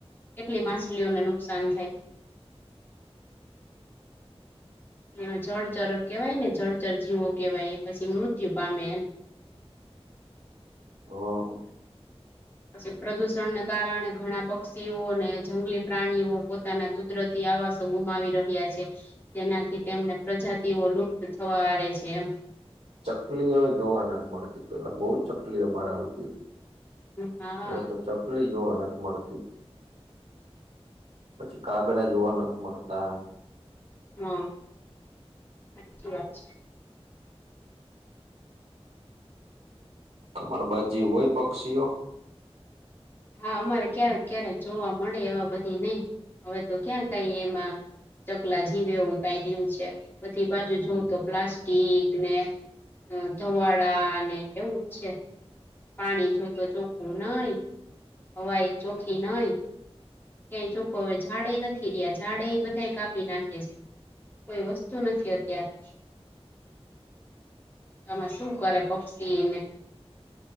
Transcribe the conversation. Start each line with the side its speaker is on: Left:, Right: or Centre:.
Left: કેટલી માછલીઓને નુકસાન થાય. જળચર કેવાય ને, જળચર જીવો કેવાય, પછી મૃત્યુ પામે.
Right: હલો.
Left: પછી પ્રદૂષણને કારણે ઘણા પક્ષીઓ અને જંગલી પ્રાણીઓ પોતાના કુદરત થી આવાસો ગુમાવી રહ્યા છે. જેનાથી તેમને પ્રજાતિઓ લુપ્ત થવા આરે છે એમ.
Right: ચકલી હવે જોવા ના જ મળતી, પેલા બહુ ચકલી અમારે આવતી.
Left: હા હા
Right: હવે તો ચકલી જોવા નથી મળતી. પછી કાગડા જોવા નથી મળતા.
Left: હા, સાચી વાત છે.
Right: તમારી બાજુ હોય, પક્ષીઓ.
Left: હા, અમારે ક્યારેક ક્યારેક જોવા મળે, એવા બધી નહીં હવે તો ક્યાં કઈ એમાં. ચકલા જીવે એવું કાઈ રહું છે, બધી બાજુ
Right: હમ
Left: જોઉં તો પ્લાસ્ટિક. ટીક ને, ધુવાડા ને એવું જ છે. પાણી જો તો ચોખ્ખું નહીં, હવાઈ ચોખી નહીં. ક્યાંય ચોખ્ખો હવે ઝાડે નથી રહ્યા, ઝાડે એ બધા કાપી નાખે છે. કોઈ વસ્તુ નથી, અત્યારે. તમે શું કરે, પક્ષી એને.